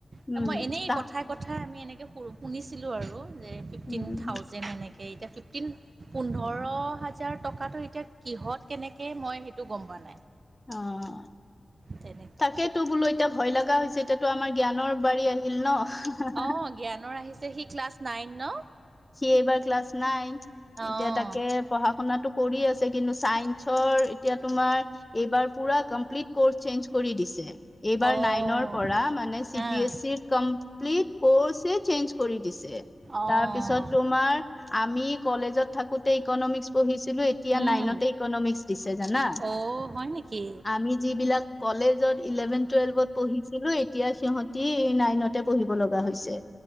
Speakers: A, on the right; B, on the left.
A: ত
B: উম
A: মই এনেই
B: তা
A: কথা কথা আমি এনেকৈঁ শুনিছিলোঁ আৰু যে ফিফটিন
B: উম।
A: থাউজেণ্ড এনেকৈ এতিয়া ফিফটিন পোন্ধৰ হাজাৰ টকাটো এতিয়া কিহত কেনেকে মই সেইটো গম পোৱা নাই।
B: অ',
A: তেনেকুৱা
B: তাকেইতো বোলো এতিয়া ভয় লগা হৈছে। এতিয়াতো আমাৰ জ্ঞানৰ বাৰী আহিল ন।
A: অঁ জ্ঞানৰ আহিছে সি ক্লাছ নাইন ন?
B: সি এইবাৰ ক্লাছ নাইন এতিয়া
A: অঁ
B: তাকে পঢ়া শুনাটো কৰি আছে কিন্তু চাইন ৰ এতিয়া তুমাৰ এইবাৰ পুৰা কমপ্লিট কৰ্চ চেঞ্জ কৰি দিছে।। এইবাৰ
A: অঁ
B: নাইনৰ পৰা মানে চি
A: আহ
B: বি এছ ইৰ কমপ্লিট কৰ্ছে চেঞ্জ কৰি দিছে।
A: অঁ
B: তাৰ পিছত তোমাৰ আমি কলেজত থাকোতে ইকনমিক্স পঢ়িছিলো। এতিয়া
A: উম
B: নাইনতে ইকনমিকস দিছে জানা
A: অঁ হয় নেকি
B: আমি যিবিলাক কলেজত ইলেভেন টুৱেল্ভত পঢ়িছিলো। এতিয়া সিহতি নাইনতে পঢ়িব লগা হৈছে